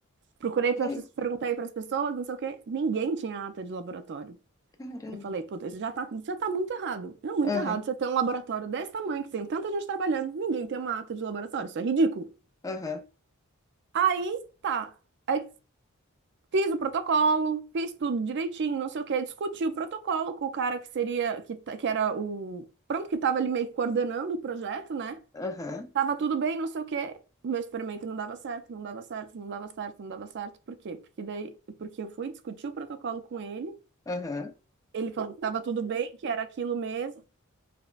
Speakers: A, on the right; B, on the left.
A: Procurei
B: E
A: para
B: aí,
A: perguntei para as pessoas, não sei o quê, ninguém tinha ata de laboratório.
B: caramba.
A: Eu falei, puta, isso já tá, já tá muito errado. É muito
B: Aham,
A: errado você ter um laboratório desse tamanho, que tem tanta gente trabalhando, ninguém tem uma ata de laboratório, isso é ridículo.
B: aham,
A: Aí tá. Aí fiz o protocolo, fiz tudo direitinho, não sei o quê, discuti o protocolo com o cara que seria, que, ta- que era o, pronto, que estava ali meio que coordenando o projeto, né?
B: aham,
A: Tava tudo bem, não sei o quê. O Meu experimento não dava certo, não dava certo, não dava certo, não dava certo. Por quê? Porque daí, porque eu fui discutir o protocolo com ele.
B: aham.
A: Ele falou que tava tudo bem, que era aquilo mesmo.